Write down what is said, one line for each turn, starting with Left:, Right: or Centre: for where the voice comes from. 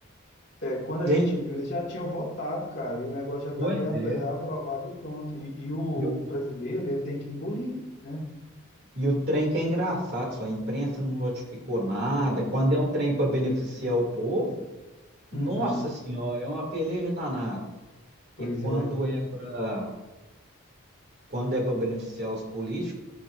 Left: é, quando a
Right: e
Left: gente
Right: aí,
Left: viu, eles já tinham votado, cara, e o negócio já estava
Right: pois é.
Left: aprovado e pronto. E, e o,
Right: E o,
Left: o brasileiro, ele tem que engolir, né?
Right: e o trem que é engraçado, só a imprensa não notificou nada. Quando é um trem para beneficiar o povo, nossa
Left: Uhum.
Right: senhora, é uma peleja danada.
Left: Pois
Right: E quando
Left: é.
Right: é para quando é para beneficiar os políticos,